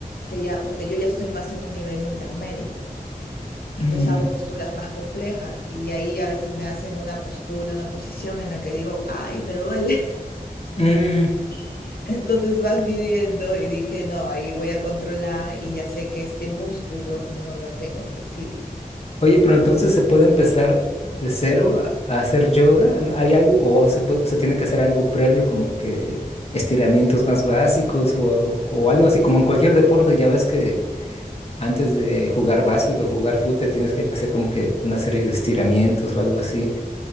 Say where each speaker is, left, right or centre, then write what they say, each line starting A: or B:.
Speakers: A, on the left (about 85°); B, on the left (about 40°).
A: que ya, porque yo ya estoy más en un nivel intermedio.
B: Mm,
A: Entonces hago posturas más complejas y ahí a veces me hacen una postura, una posición en la que digo, ay, me duele.
B: mm.
A: <laughs> Entonces vas midiendo y dije, no, ahí voy a controlar y ya sé que este músculo no lo tengo flexible.
B: Oye, pero entonces se puede empezar de cero a, a hacer yoga. ¿No ¿Hay algo? ¿O se puede- se tiene que hacer algo previo, como que estiramientos más básicos o, o algo así, como en cualquier deporte? Ya ves que antes de jugar básquet o jugar fútbol te tienes que hacer como que una serie de estiramientos o algo así.